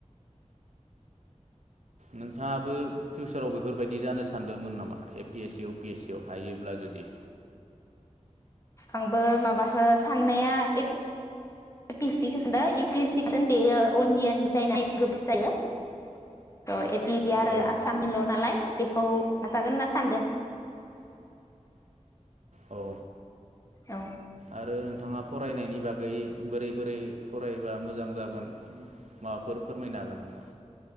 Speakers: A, on the right; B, on the left.
A: नोंथाङाबो फिउसाराव बेफोरबायदि जानोस सानदोंमोन नामा A P S C, U P S C आव हायोब्ला जुदि
B: आंबो माबाखो साननाया <unintelligible> बेयो अल इण्डियानि जायोना एसे गोब्राब जायो बिदि आरो
A: औ
B: आसामनिल नालाय। बेखौ नाजागोन होनना सानदों।
A: औ
B: औ।
A: आरो नोंथाङा फरायनायनि बागै बोरै बोरै फरायबा मोजां जागोन माबाफोर फोरमायनो हागोन नामा?